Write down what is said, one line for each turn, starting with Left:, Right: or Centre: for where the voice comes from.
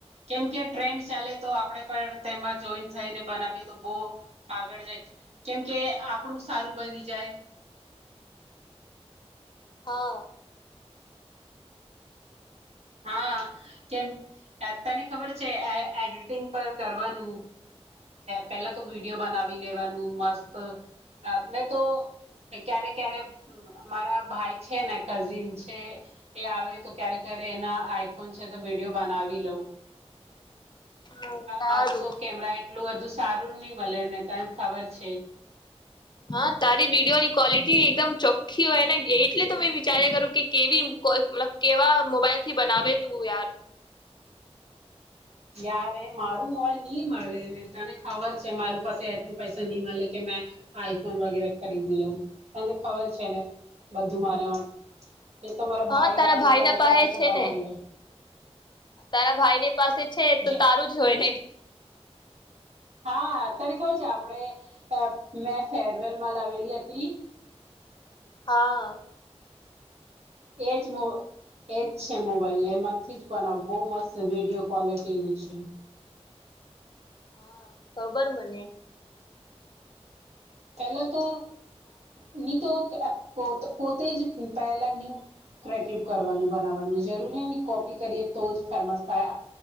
Right: કેમકે ટ્રેન્ડ ચાલે તો આપણે પણ તેમાં જોઈન્ટ થઈને બનાવીએ તો બહ આગળ જાય કેમકે આપણું સારું બની જાય.
Left: હા.
Right: હા કેમ તને ખબર છે એડિટિંગ પર કરવાનું પહેલા તો વિડીિયો બનાવી લેવાનું મસ્ત મેં તો ક્યારે ક્યારે મારા ભાઈ છે ને કઝિન છે એ આવે તો ક્યારે એના આઈફોન છે તો વિડીિયો બનાવી લઉ.
Left: હા સારું
Right: મારું તો કેમેરા એટલું બધું સારું નહી મળે ને. તને ખબર છે.
Left: હા તારી વિડીયો ની ક્વોલિટી એકદમ ચોખ્ખી હોય ને એટલે તો મેં વિચાર્યા કરું કે કેવી કો મતલબ કેવા મોબાઈલ થી બનાવે તું યાર.
Right: યાર મારું મોબાઈલ નહી મળે ને તને ખબર છે મારું પાસે એટલું પૈસા નહી મળે કે મે આઈફોન વગેરે ખરીદી લઉં તને ખબર છે ને બધું મારા માટે. એ તો મારા
Left: હા
Right: ભાઈ
Left: તારા
Right: આવે ક્યારે
Left: ના પાસે
Right: ક્યારે તો
Left: છે
Right: બનાવી
Left: ને
Right: લઉ.
Left: તારા ભાઈ ની પાસે છે. તો
Right: જે
Left: તારું જ હોય ને.
Right: હા તને ખબર છે આપણે મેં ફેરવેલમાં લાવેલી હતી.
Left: હા.
Right: એજ મો એજ છે મોબાઈલ એમાંથી જ બનાવવો મસ્ત વિડીિયો ક્વોલિટીનું છે.
Left: હા ખબર મને.
Right: પેલા તો નની તો પો પોતે જ પહેલા ન્યૂ કટ કરવાનું બનાવવાનું જરૂરી ને કોપી કરીએ તો જ ફેમસ થાય